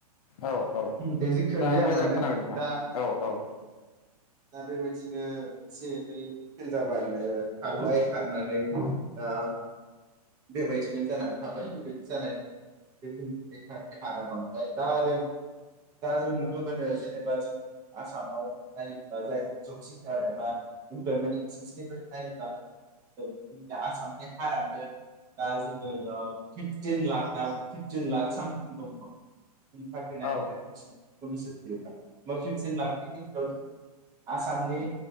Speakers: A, on the left (about 65°); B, on the right (about 20°).
A: औ औ
B: दे जिखुनु
A: दा
B: जाया
A: मोजां
B: मानो
A: खोनाबाय नोंथां
B: दा
A: औ औ।
B: दा बेबायदिनो एसे एनै फेल जाबानो खारबाय खारनानै ओ बेबायदिनो जानानै थाबाय बेबायदि जानाय बे जोंनि बेखारनि हारा बांबाय दा आरो दा जों नुनो मोनो जेनेबा जों आसामाव नायबा जायफोर जब सिकार एबा इमप्लयमेन्ट एक्सेन्सनिफ्राय नायोब्ला जोंनि आसामनि हारानो दा जोङो ओ फिफटिन लाख ना फिफटिन लाख सामथिं दङ। उम साख्रि नागिरग्राया
A: औ
B: बांसिन। <unintelligible> फिफटिन लाखनि गेजेराव आसामनि